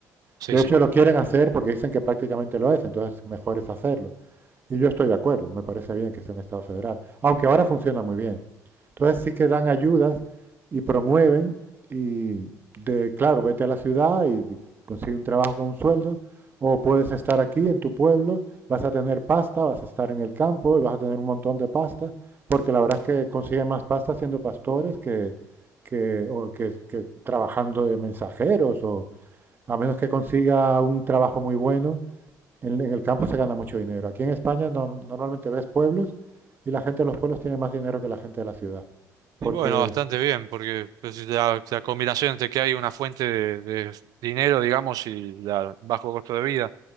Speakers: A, on the right (about 65°); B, on the right (about 30°).
A: Sí,
B: De
A: sí.
B: hecho, lo quieren hacer porque dicen que prácticamente lo es, entonces mejor es hacerlo. Y yo estoy de acuerdo, me parece bien que sea un Estado federal, aunque ahora funciona muy bien. Entonces sí que dan ayudas y promueven y de, claro, vete a la ciudad y consigue un trabajo con un sueldo, o puedes estar aquí en tu pueblo, vas a tener pasta, vas a estar en el campo y vas a tener un montón de pasta, porque la verdad es que consiguen más pasta siendo pastores que, que, o que, que trabajando de mensajeros o, a menos que consiga un trabajo muy bueno, en, en el campo se gana mucho dinero. Aquí en España no- normalmente ves pueblos y la gente de los pueblos tiene más dinero que la gente de la ciudad. Porque,
A: Y bueno, bastante bien, porque pues, si la, la combinación entre que hay una fuente de, de dinero, digamos, y la bajo costo de vida.